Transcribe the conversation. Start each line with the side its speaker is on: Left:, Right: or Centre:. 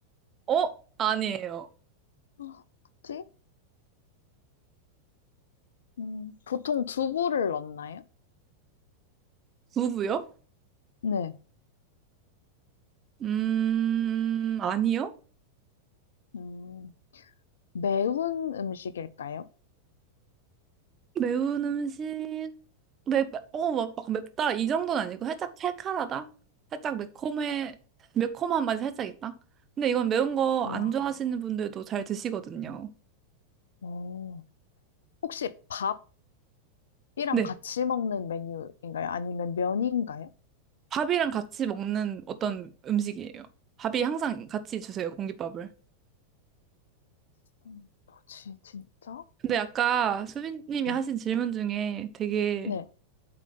Right: 어? 아니에요.
Left: 아, 뭐지? 음, 보통 두부를 넣나요?
Right: 부부요?
Left: 네.
Right: 음, 아니요.
Left: 음, 매운 음식일까요?
Right: 매운 음식, 맵, 어, 막, 막 맵다. 이 정도는 아니고 살짝 칼칼하다. 살짝 매콤해, 매콤한 맛이 살짝 있다. 근데 이건 매운 거
Left: 와,
Right: 안 좋아하시는 분들도 잘 드시거든요.
Left: 오. 혹시 밥 이랑
Right: 네.
Left: 같이 먹는 메뉴인가요? 아니면 면인가요?
Right: 밥이랑 같이 먹는 어떤 음식이에요. 밥이 항상 같이 주세요, 공깃밥을.
Left: 음, 뭐지, 진짜?
Right: 근데 아까 수빈님이
Left: 네.
Right: 하신 질문 중에 되게
Left: 네.